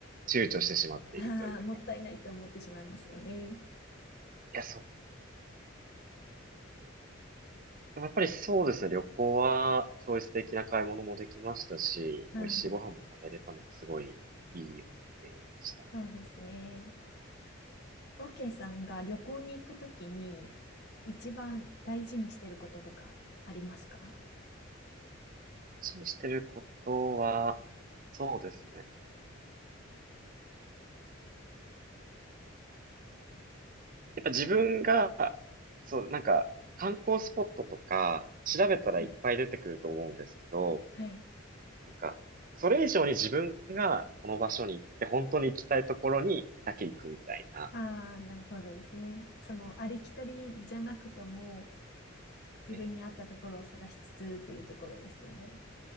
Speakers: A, on the right; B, on the left.
A: 躊躇してしまっているというか。
B: あーもったいないと思ってしまいますよね。
A: いや、そう。でもやっぱりそうですね、旅行は、そういう素敵な買い物もできましたし、
B: はい。
A: 美味しいご飯も食べれたので、すごいいい思い出でした。
B: そうですね。オーケーさんが旅行に行くときに一番大事にしてることとかありますか
A: 一緒にしてることは、そうですね。やっぱ自分が、そう、なんか、観光スポットとか、調べたらいっぱい出てくると思うんですけど、
B: はい。はい。
A: なんか、それ以上に自分がその場所に行って、本当に行きたいところにだけ行くみたいな。
B: ああ、なるほどですね。その、ありきたりじゃなくとも、自分に合ったところを探しつつっていうところですよね。
A: ええ、